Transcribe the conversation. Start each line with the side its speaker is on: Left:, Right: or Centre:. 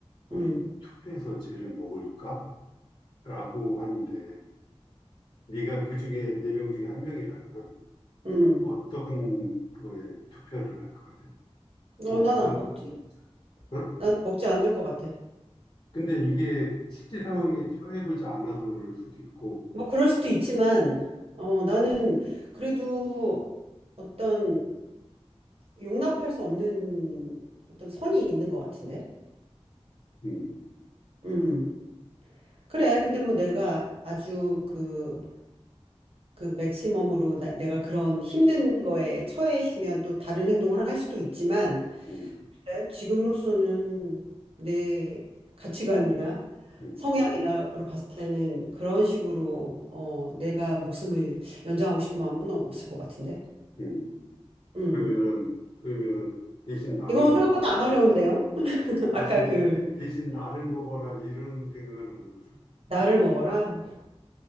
Left: 우리
Right: 음,
Left: 투표해서 쟤를 먹을까? 라고 하는데 네가 그 중에 네 명 중에 한 명이라면
Right: 음.
Left: 어떤 거에 투표를 할 것 같아? 먹자?
Right: 어, 나는 안 먹지.
Left: 음. 어?
Right: 나는 먹지 않을 것 같아.
Left: 근데 이게 실제 상황에
Right: 응.
Left: 처해보지 않아서 그럴 수도 있고,
Right: 뭐 그럴 수도 있지만, 어, 나는 그래도 어떤 용납할 수 없는 어떤 선이 있는 것 같은데.
Left: 음,
Right: 음. 그래. 근데 뭐 내가 아주 그 그 맥시멈으로 나, 내가 그런 힘든 거에 처해 있으면 또 다른 행동을 할 수도 있지만
Left: 음,
Right: 네, 지금으로서는 내 가치관이나
Left: 음,
Right: 성향이나로 봤을 때는 그런 식으로 어, 내가 목숨을 연장하고 싶은 마음은 없을 것 같은데.
Left: 음.
Right: 음.
Left: 그러면은, 그러면은 대신 나를
Right: 이건
Left: 먹어라.
Right: 생각보다 안 어려운데요. <laughs> 아까
Left: 신
Right: 그
Left: 대, 대신 나를 먹어라. 이런 생각은 안 해봤어.
Right: 나를 먹어라.
Left: 음.